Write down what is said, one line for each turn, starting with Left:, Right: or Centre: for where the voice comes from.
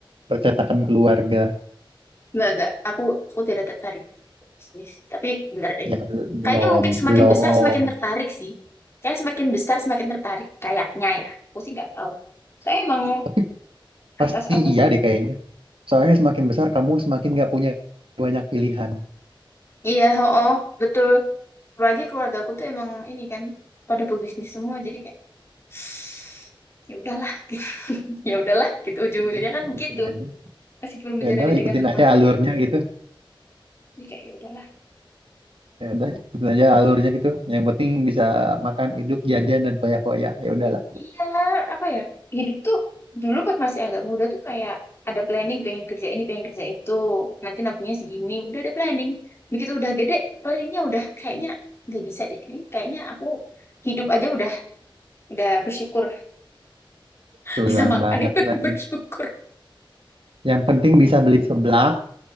Right: percetakan keluarga
Left: Enggak, enggak. Aku, aku tidak tertarik. Bisnis. Tapi bener deh.
Right: ya belum
Left: Kayaknya mungkin semakin
Right: belum
Left: besar semakin tertarik sih. Kayak semakin besar semakin tertarik. Kayaknya ya. Aku sih nggak tahu. Saya emang
Right: tapi
Left: atas-atas.
Right: pasti iya deh kayaknya soalnya semakin besar kamu semakin nggak punya banyak pilihan
Left: Iya, oh, betul. Apalagi keluarga aku tuh emang ini kan pada pebisnis semua. Jadi kayak <sniffs> <sighs> ya udahlah gitu. <laughs> Ya udahlah gitu. Ujung-ujungnya
Right: Jadi,
Left: kan
Right: ikutin
Left: begitu.
Right: aja
Left: Meskipun menjalani
Right: ya udah
Left: dengan
Right: ikutin
Left: terpaksa
Right: aja alurnya
Left: jadi kayak
Right: gitu
Left: Jadi kayak ya udahlah.
Right: ya udah ikutin aja alurnya gitu yang penting bisa makan hidup jajan dan foya-foya ya udahlah
Left: Iya, apa ya? Hidup tuh dulu pas masih agak muda tuh kayak ada planning pengen kerja ini, pengen kerja itu. Nanti nabungnya segini, udah ada planning. Begitu udah gede, planningnya udah kayaknya nggak bisa deh. Ini kayaknya aku hidup aja udah udah bersyukur <laughs>
Right: tulang
Left: bisa makan
Right: banget
Left: itu <laughs>
Right: lagi
Left: bersyukur
Right: Yang penting bisa beli seblak,